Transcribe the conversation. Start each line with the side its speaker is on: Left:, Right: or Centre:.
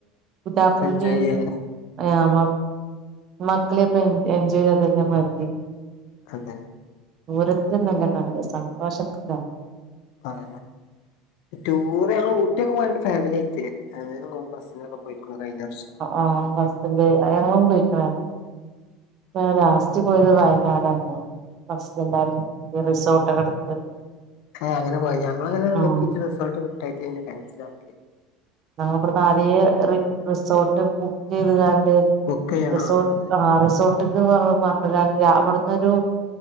Right: പുതാപ്പളന്റെ
Left: എൻജോയ് ചെയ്യാന്
Right: ആഹ് മ മക്കള് പ്പ എൻ എൻജിനിതെല്ല മാറ്റി.
Left: അതെ.
Right: ദൂരത്തിനല്ല കാര്യം സന്തോഷത്തിലാ.
Left: അങ്ങനെ ടൂർ ഞങ്ങള് ഊട്ടിയൊക്കെ പോയണ്ട് ഫാമിലി ആയിറ്റ്. അങ്ങനെ പോവും ബസ്സിനൊക്കെ പോയിക്ക്ണു കഴ്ഞ്ഞ വർഷം.
Right: ആഹ് ബസ്സില് അങ്ങനെ ഞങ്ങളും പോയ്ക്ക്ണ് ‌. പ്പ ഞങ്ങള് ലാസ്റ്റ് പോയത് വയനാട്ന്നു ബസ്സിൽ എല്ലാരും ഈ റിസോർട്ടൊക്കെട്
Left: ക്കെ അങ്ങനെ പോയി ഞളങ്ങനെ നോക്കിട്ട്
Right: ഉം
Left: റിസോട്ട് കിട്ടായിട്ട് പിന്നെ ക്യാൻസലാക്കി.
Right: ഞങ്ങള് ഇബ്ട്ന്ന് ആദ്യയെ റി റിസോർട്ട് ബുക്ക് ചെയ്ത്കാണ്ട്.
Left: ബുക്ക് ചെയ്യണം
Right: റിസോർട്ട്
Left: ആഹ് അതന്നെ
Right: ആ റിസോർട്ട്ക്ക് പറഞ് കാണ്ട് അവ്ട്ന്നൊരു